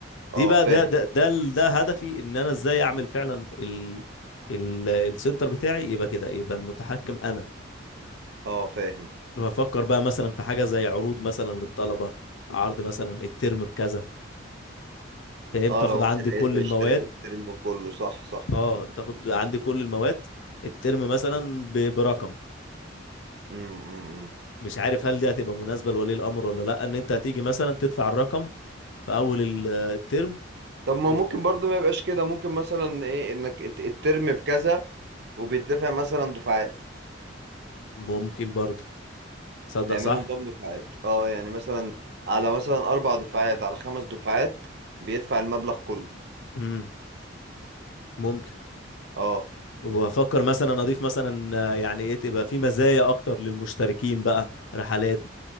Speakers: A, on the left; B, on the right.
A: دي
B: اه
A: بقى
B: فاهم
A: ده ده ده ال- ده هدفي ان انا ازاي اعمل فعلا ال ال السنتر بتاعي يبقى كده يبقى المتحكم انا
B: اه فاهم
A: بفكر بقى مثلا في حاجه زي عروض مثلا للطلبه عرض مثلا الترم بكذا فاهم
B: اه
A: تاخد
B: لو
A: عندي
B: واحد
A: كل
B: هيبقى
A: المواد
B: يشترك الترم كله صح صح
A: اه تاخد عندي كل المواد الترم مثلا ب- برقم
B: امم إمم، إمم.
A: مش عارف هل دي هتبقى مناسبة لولي الأمر ولا لأ إن أنت هتيجي مثلا تدفع الرقم في أول ال- الترم
B: طب ما
A: و...
B: ممكن برضو ما يبقاش كده ممكن مثلا ايه انك الت- الترم بكذا وبيدفع مثلا دفعات
A: ممكن برضه تصدق
B: تعملوا
A: صح؟
B: نظام دفعات اه يعني مثلا على مثلا اربع دفعات على خمس دفعات بيدفع المبلغ كله
A: امم ممكن
B: اه
A: وأفكر مثلا أضيف مثلا آه، يعني إيه تبقى في مزايا أكتر للمشتركين بقى رحلات